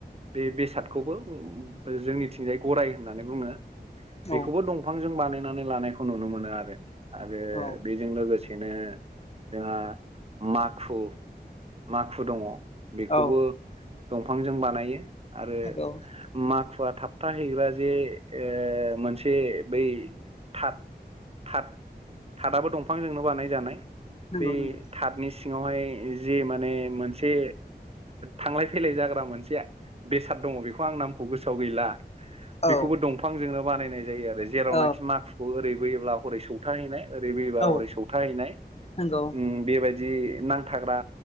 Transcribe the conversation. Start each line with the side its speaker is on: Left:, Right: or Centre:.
Right: बे बेसादखौबो जोंनिथिंजाय गराय होननानै बुङो।
Left: औ
Right: बेखौबो दंफांजों बानायनानै लानायखौ नुनो मोनो आरो । आरो
Left: औ
Right: बेजों लोगोसेनो जोंहा माखु माखु दङ। बेखौबो
Left: औ
Right: दंफांजों बानायो आरो
Left: नंगौ
Right: माखुवा थाब थाहैग्रा जे ओ मोनसे बै थाट थाट थाटदाबो दंफांजोंनो बानायजानाय
Left: नंगौ
Right: बे
Left: नंगौ
Right: थाटदनि सिङावहाय जे माने मोनसे थांलाय फैलाय जाग्रा मोनसे बेसाद दङ बेखौ आं नामखौ गोसोआव गैला।
Left: औ
Right: बेखौबो दंफांजोंनो बानायनाय जायो आरो। जेरावनाखि
Left: औ
Right: माखुखौ ओरैबोयोब्ला हरै सौथाहैनाय ओरै बोयोब्ला
Left: औ
Right: हरै सौथाहैनाय
Left: नंगौ औ
Right: ओ बेबायदि
Left: औ
Right: नांथाग्रा